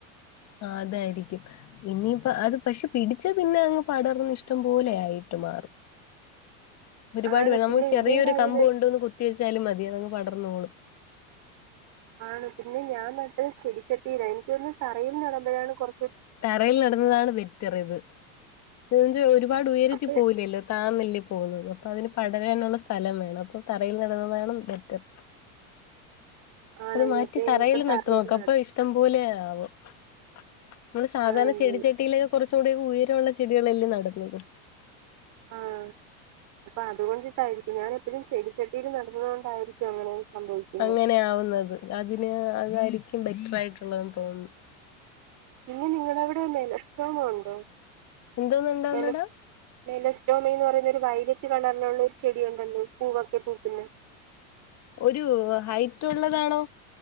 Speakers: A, on the left (about 40°); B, on the right (about 50°).
A: അതാരിക്കും. ഇനിയിപ്പ അത് പശേ പിടിച്ച പിന്നെ അങ്ങ് പടർന്ന്‌ ഇഷ്ടം പോലെ ആയിട്ട് മാറും. ഒരുപാട്
B: ആണ്
A: <unintelligible> നമ്മള്
B: പിന്നെ
A: ചെറിയൊരു
B: എന്റെ ഒരു കാര്യം
A: കമ്പ് കൊണ്ടോന്ന് കുത്തി വെച്ചാലും മതി. തിയതങ്ങ് പടർന്നോളും.
B: ആണ് പിന്നെ ഞാൻ നട്ട് ചെടിച്ചട്ടിയിലാ. എനിക്കോന്ന് തറയിൽ നടമ്പഴാണ് കൊറ
A: തറയിൽ നടുന്നതാണ് ബെറ്ററിത്. <unintelligible> ഒര് പാട് ഉയരത്തി
B: അപ്പ
A: പോവില്ലല്ലോ താന്നല്ലേ പോ പോന്ന്. അപ്പ അതിന് പടരാനൊള്ള സ്ഥലം വേണം. അപ്പ തറയിൽ നടണതാണ് ബെറ്റർ.
B: ആണല്ലേ
A: അത് മാറ്റി
B: അപ്പൊ ഇനിയിപ്പം
A: തറയിൽ നട്ട് നോക്ക്
B: നടാം
A: അപ്പ ഇഷ്ടംപോലെയാവും. <unintelligible> മ്മള് സാധാരണ
B: ആണല്ലേ
A: ചെടിച്ചെട്ടിയിലേ കൊറച്ച് ച്ചുടങ് ഉയരോള്ള ചെടികളല്ലേ നട്ന്നത്
B: ആ അപ്പ അതുകൊണ്ടിട്ടായിരിക്കും ഞാൻ എപ്പഴും ചെടി ച ല് നട്ന്നതു കൊണ്ടായിരിക്കും അങ്ങനെ സംഭവിക്കുന്നത്
A: അങ്ങനെയാവുന്നത് അതിന് അതാരി എക്കും ബെറ്റർ ആയിട്ടുള്ളതെന്ന് തോന്നുന്നു
B: ഇന്ന്‌ നിങ്ങടവിടെ നെലഷ് ടോമം ഒണ്ടോ
A: എന്തോന്നുണ്ടാവുന്നെടാ
B: നെല നെലഷ്ടെമം എന്ന് പറയുമ്പ ഒരു വൈലറ്റ് കളറിലുള്ള ഒരു ചെടി ഒണ്ടല്ലോ പൂവക്കിട്ട് നിക്കുന്ന
A: ഒരു ഹൈറ്റ് ഉള്ളതാണോ